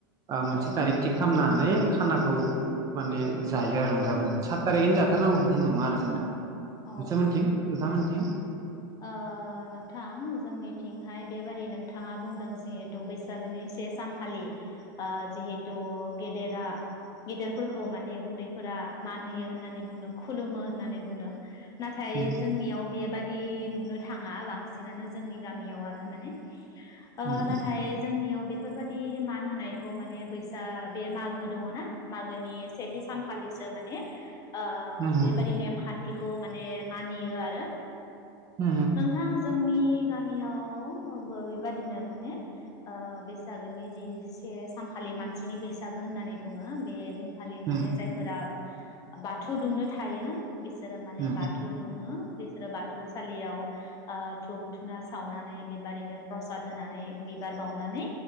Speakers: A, on the right (about 30°); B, on the left (about 30°).
A: ओ मोनसे
B: औ
A: थारिख खामनानै खानाखौ माने जायो आरो रंजा बाजा सात थारिखैनो जाथारनांगौ बिदि नङा आरो जोंना
B: औ
A: नोंसांमोनथिं नोंथांमोनथिं <inaudible>
B: ओ नोंथां जोंनिथिंहाय बेबायदि नोंथाङा बुंदों जिहेथु बैसागोनि से सानखालि ओ जिहेथु गेदेरा गेदेरफोरखौ माने उन्दैफोरा मान होयो होननानै बुंदों खुलुमो होननानै बुंदों नाथाय
A: उम
B: जोंनियाव बेबादि ए नुनो थाङा बांसिनानो जोंनि गामियाव आरो माने ओ
A: उम
B: नाथाय जोंनियाव बे बेफोरबायाददि मान होनायखौ माने बैसा बे मागो दङना मागोनि सेथि सानखालिसो माने ओ
A: उम
B: बेबादि नेमखान बेखौ माने मानियो आरो
A: उम
B: नोंथां जोंनि गामियावबो बेबादिनो माने ओ बैसागोनि जि से सानखालि मानसिनि बैसागो होननानै बुङो बेदिन खालि माने
A: उम
B: जायफोरा बाथौ दुमनो थायो बिसोरो माने
A: उम
B: बाथौ दुमो बिसोरो बा थौसालियाव ओ धुप धुना सावनानै बेबारिनो प्रसाद होनानै बिबार बावनानै